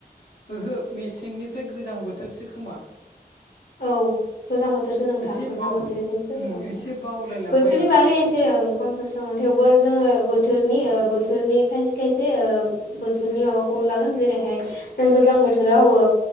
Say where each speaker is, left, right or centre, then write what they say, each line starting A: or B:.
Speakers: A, on the left; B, on the left.
A: ओहो मेसेंनिफ्राय गोजां बोथोरसो खोमा।
B: औ। गोजां बोथोरसो नोंथां।
A: एसे
B: गोजां
A: बाव
B: बोथोरनिफ्रायसो
A: उम
B: गोजां बोथोर
A: एसे बावलायलांबाय
B: बोथोरनि
A: आं
B: बागै एसे ओं <unintelligible> थेवबो जोङो बोथोरनि ओ बोथोरनि खायसे खायसे ओ बोथोरनि माबाखौ लागोन जेरैहाय जों गोजां बोथोराव ओ